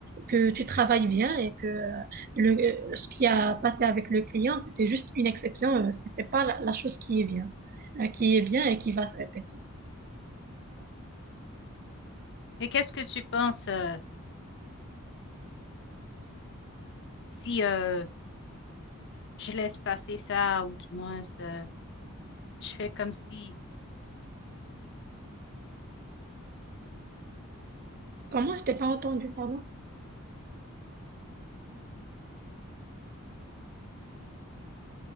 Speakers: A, on the right; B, on the left.
A: que tu travailles bien et que euh, le, euh, ce qui a passé avec le client, c'était juste une exception, euh, c'était pas la, la chose qui est bien, euh, qui est bien et qui va se répéter.
B: Et qu'est-ce que tu penses euh, si euh, je laisse passer ça ou du moins euh, je fais comme si...
A: Comment? Je t'ai pas entendu, pardon.